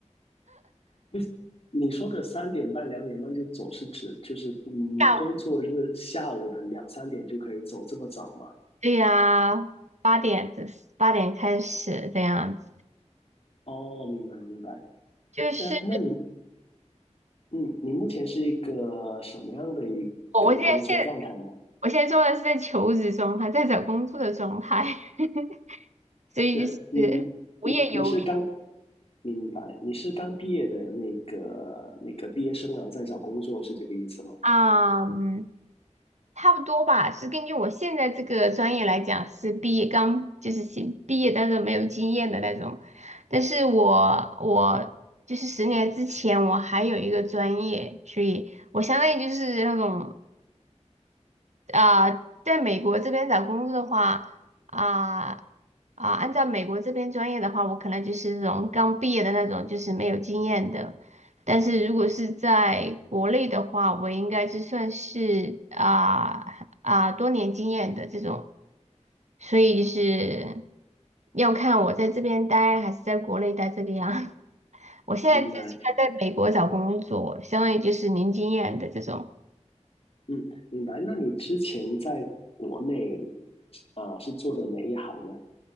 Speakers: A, on the left; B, on the right.
A: 你你说的三点半、两点半就走，是指就是嗯，
B: 下午
A: 工作日下午的两三点就可以走，这么早吗？
B: 对呀、八点这八点开始这样子，
A: 哦，明白明白。
B: 就是
A: 那那你嗯，你目前是一个什么样的一个工作状态呢？
B: 我我现在现我现在做的是在求职状态，在找工作的状态，<laughs> 所以就是无业游民
A: 是你你你是刚明白，你是刚毕业的那个那个毕业生，然后在找工作，是这个意思吗？
B: 啊，嗯差不多吧，是根据我现在这个专业来讲，是毕业刚就是新毕业，但是没有经验的那种。但是我我就是十年之前我还有一个专业，所以我相当于就是那种啊、呃在美国这边找工作的话，啊、啊、按照美国这边专业的话，我可能就是这种刚毕业的那种，就是没有经验的。但是如果是在国内的话，我应该是算是啊啊、多年经验的这种，所以就是要看我在这边待还是在国内待这个样。<laughs> 我现在自己还在美国找工作，
A: 明白，
B: 相当于就是零经验的这种。
A: 嗯，明白。那你之前在国内啊，呃是做的哪一行呢？